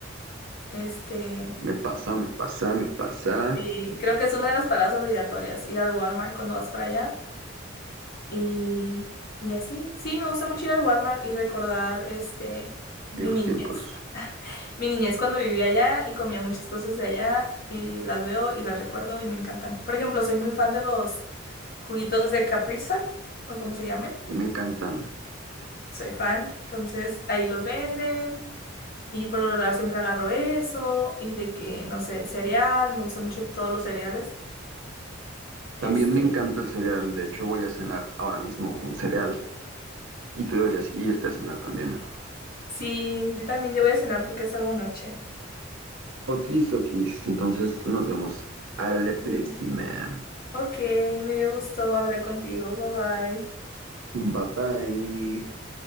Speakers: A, on the left; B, on the right.
A: Este,
B: Me pasa, me pasa, me pasa.
A: y creo que es una de las paradas obligatorias, ir al Walmart cuando vas para allá. Y, y así, sí, me gusta mucho ir al Walmart y recordar, este,
B: Viejos
A: mi niñez.
B: tiempos.
A: Mi niñez cuando vivía allá y comía muchas cosas de allá y las veo y las recuerdo y me encantan. Por ejemplo, soy muy fan de los juguitos de Capri Sun o como se llamen.
B: Me encantan.
A: Soy fan, entonces ahí los venden y por lo regular siempre agarro eso y de que, no sé, cereal, me gustan mucho todos los cereales. Este,
B: También me encanta el cereal. De hecho, voy a cenar ahora mismo un cereal. Y tú deberías irte a cenar también.
A: sí, yo también ya voy a cenar porque es algo noche.
B: Okis, okis. Entonces nos vemos. A la próxima.
A: Sí. Ok, me gustó hablar contigo. Bye bye.
B: Bye bye.